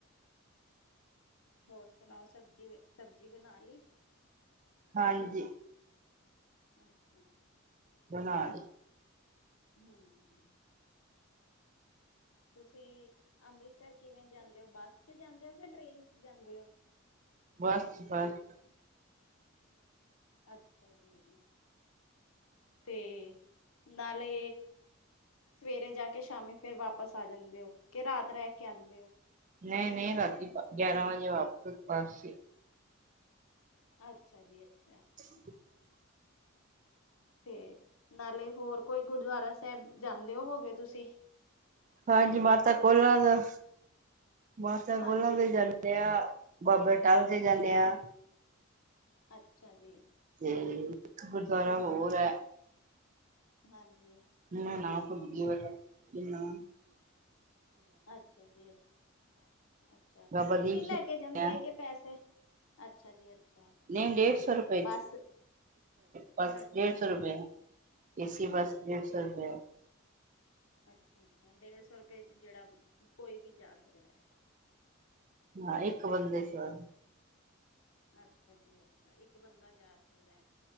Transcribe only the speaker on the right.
ਹਾਂਜੀ।
ਬਨਾ ਲਈ।
ਬਸ-ਬਸ।
ਨਹੀਂ-ਨਹੀਂ ਰਾਤੀ ਗਿਆਰਾਂ ਵਜੇ ਵਾਪਰ ਬਸ ਚ'।
<inaudible>
ਹਾਂਜੀ, ਮਾਤਾ ਕੋਲਾਂ ਦਾ, ਮਾਤਾ ਕੋਲਾਂ
ਦੇ ਜਾ ਜਾਂਦੇ ਆ। ਬਾਬਾ ਅਟਾਲ ਤੇ ਜਾਂਦੇ ਹਾਂ।
ਤੇ ਇੱਕ ਗੁਰਦੁਆਰਾ ਹੋਰ ਹੈ।
ਮੈ ਨਾਮ ਭੁਲ ਗਈ।
ਬਾਬਾ
ਦੀਪ
ਸਿੰਘ
ਨਹੀਂ, ਡੇਢ ਸੌ ਰੁਪਏ
ਬਸ,
ਡੇਢ ਸੌ ਰੁਪਏ ਏਸੀ ਬੱਸ, ਡੇਢ
ਸੌ ਰੁਪਆ
ਹਾਂ, ਇੱਕ ਬੰਦੇ ਸਵਾਰੀ